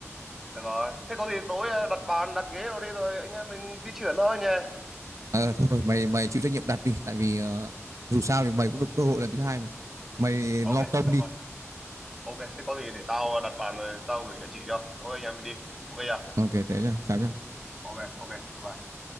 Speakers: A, in the centre; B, on the right.
A: Được rồi. Thế có gì tối ờ, đặt bàn, đặt ghế rồi đi rồi anh em mình di chuyển thôi nhé.
B: À, thôi mày mày chịu trách nhiệm đặt đi tại vì ờ, dù sao thì mày cũng được cơ hội lần thứ hai mà mày
A: Ok,
B: lo công
A: được
B: đi
A: rồi. Ok, thế có gì để tao đặt bàn rồi tao gửi địa chỉ cho. Tối anh em mình đi. Ok chưa?
B: ok thế nhá chào nhá
A: Ok, ok. Bye bye.